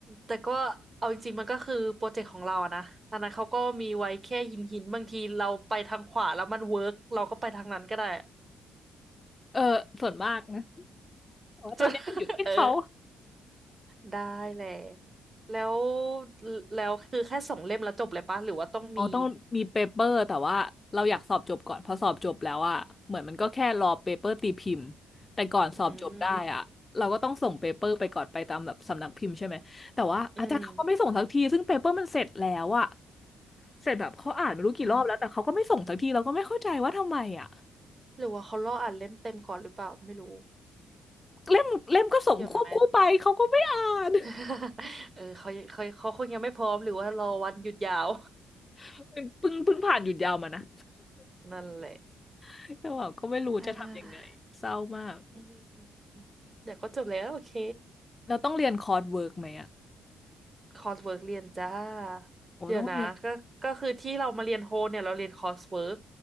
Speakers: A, on the right; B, on the left.
A: แต่ก็เอาจริงๆมันก็คือโปรเจกต์ของเราอะนะอันนั้นเขาก็มีไว้แค่หินหินบางทีเราไปทางขวาแล้วมันเวิร์กเราก็ไปทางนั้นก็ได้
B: เออส่วนมากนะแต่ว่าตอนเนี้ยมันอยู่ที่เขา
A: จะ <laughs> เออได้แหละแล้วแล้วคือแค่สองเล่มแล้วจบเลยปะหรือว่าต้องมี
B: อ๋อต้องมีเปเปอร์แต่ว่าเราอยากสอบจบก่อนพอสอบจบแล้วอะเหมือนมันก็แค่รอเปเปอร์ตีพิมพ์แต่ก่อนสอบจบได้อะเราก็ต้องส่งเปเปอร์ไปก่อนไปตามแบบสำนักพิมพ์ใช่ไหมแต่ว่าอาจารย์เขาก็ไม่ส่งสักทีซึ่งเปเปอร์มันเสร็จแล้วอะ
A: อืมอืม
B: เสร็จแบบเขาอ่านไม่รู้กี่รอบแล้วแต่เขาก็ไม่ส่งสักทีเราก็ไม่เข้าใจว่าทำไมอะ
A: อ่าหรือว่าเขารออ่านเล่มเต็มก่อนหรือเปล่าไม่รู้
B: เล่มเล่มก็ส่งควบคู่ไปเขาก็ไม่อ่าน
A: เกี่ยวไหม <laughs> เออเขาเขาเขาคงยังไม่พร้อมหรือว่ารอวันหยุดยาว
B: <laughs> เพิ่งเพิ่งผ่านหยุดยาวมานะ
A: <laughs> นั่นแหละ
B: <laughs> แต่ว่าก็ไม่รู้จะทำยังไงเศร้ามาก
A: อ่า อืมเดี๋ยวก็จบแล้วโอเค
B: เราต้องเรียนคอร์สเวิร์กไหมอะ
A: คอร์สเวิร์กเรียนจ้า
B: โอ้ต้องเรียน
A: เดี๋ยวนะก็ก็คือที่เรามาเรียนโฮเนี่ยเราเรียนคอร์สเวิร์ก